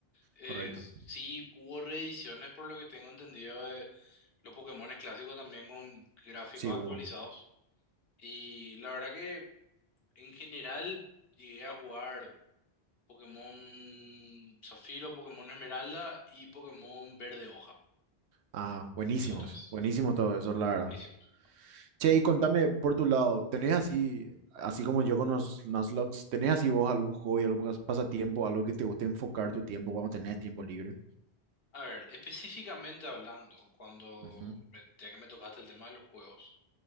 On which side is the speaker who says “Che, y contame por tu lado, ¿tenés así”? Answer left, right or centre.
Right